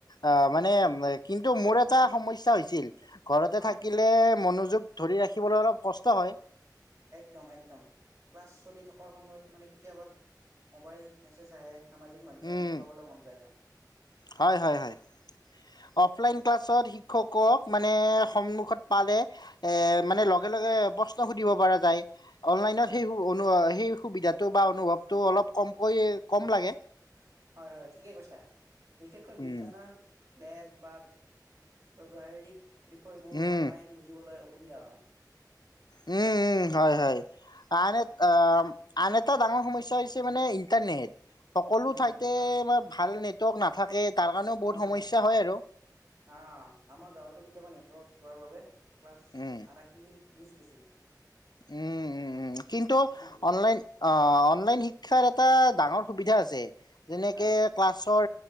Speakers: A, on the left; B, on the right.
A: অ, মানে
B: অ
A: কিন্তু মোৰ এটা? এটা সমস্যা হৈছিল। ঘৰতে
B: হয়
A: থাকিলে মন ধৰি ৰাখিবলৈ অলপ কষ্ট হয়।
B: একদম, একদম ক্লাছ চলি থকাৰ সময়ত মানে কেতিয়াবা মোবাইল মেছেজ আহে। সামাজিক মাধ্যম
A: উম,
B: চলাবলৈ মন যায় ন।
A: হয়, হয়, হয়।
B: উম,
A: অফলাইন ক্লাছত শিক শিক্ষকক মানে সন্মুখত পালে এ
B: হয়
A: মানে লগে লগে বস্ত সুধিব পৰা যায় অনলাইনত
B: হয়
A: সেইবোৰ অনোৱা সে সেই সুবিধাটো বা অনুভৱটো অলপ কমকৈ কম লাগে
B: হয়, হয় ঠিকেই কৈছা বিশেষকৈ
A: উম
B: বিজ্ঞানৰ। লেপ বা ব্যৱহাৰিক বিষয়বোৰ
A: উম
B: অনলাইন বুজিবলৈ সুবিধা হয়।
A: উম, উম, হয়, হয় আ
B: আহ,
A: আ। আন এটা ডাঙৰ সমস্যা হৈছে মানে ইণ্টাৰনেট। সকলো
B: ইণ্টাৰ্ণ
A: ঠাইতে
B: হয়
A: মই ভাল নে। তক নাথাকে। তাৰ কাৰণেও
B: হয়
A: বহুত সমস্যা
B: হয় হয়
A: আৰু
B: আ আমাৰ গাঁৱতো কেতিয়াবা নেট যোৱাৰ বাবে। ক্লাছ
A: উম
B: আদাখিনি। মিজ গেছিল।
A: উম উম উম কিন্তু
B: হৈছিল
A: অনলাইন অ' অনলাইন শিক্ষাৰ এটা ডাঙৰ সুবিধা আছে। যেনেকে
B: হয়
A: ক্লাছৰ